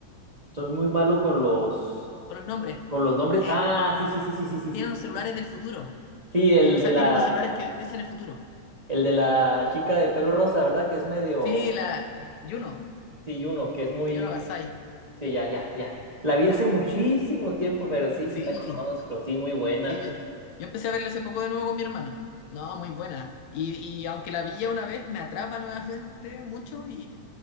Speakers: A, on the right; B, on the left.
A: soy muy malo con los
B: con los nombres.
A: con los nombres.
B: Eh,
A: Ah, sí, sí, sí, sí, sí, sí,
B: tienen
A: sí.
B: los celulares del futuro.
A: Sí, el
B: Tienen,
A: de
B: o sea,
A: la,
B: tienen los celulares que dicen el futuro.
A: el de la chica de pelo rosa, ¿verdad? Que es medio
B: Sí, la Juno,
A: sí, uno, que es muy.
B: Juno Gasai.
A: Sí, ya, ya, ya. La vi hace muchísimo tiempo, pero sí,
B: Sí,
A: sí la conozco. Sí, muy buena.
B: sí. Yo, yo empecé a verla hace poco de nuevo con mi hermano. No, muy buena. Y, y aunque la vi ya una vez, me atrapa nuevamente mucho y,